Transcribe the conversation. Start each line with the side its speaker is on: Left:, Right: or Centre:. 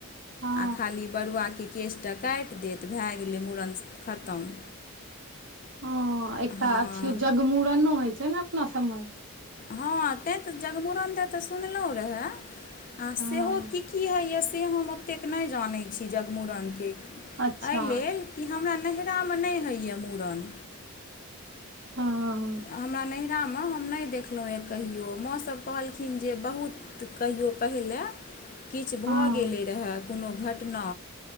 Right: हँ
Left: आ खाली बरुआके केसटा काइट देत भै गेलै मूड़न खतम
Right: हँ एकटा
Left: हँ
Right: अथी जगमूड़नो होइ छै ने अपना सबमे
Left: हँ तैं तऽ जगमुरन दऽ तऽ सुनलौं रहए आ सेहो
Right: हँ
Left: की की होइए से हम ओतेक नै जनै छीयै जगमुड़न एहि
Right: अच्छा
Left: लेल कि हमरा नैहिरामे नै होइए मूड़न
Right: हँ
Left: हमरा नैहरामे हम नै देखलौं एक कहियो माँसब कहलखिन जे बहुत तऽ कहियो पहिलए किछु भऽ
Right: हँ
Left: गेलै रहय कोनो घटना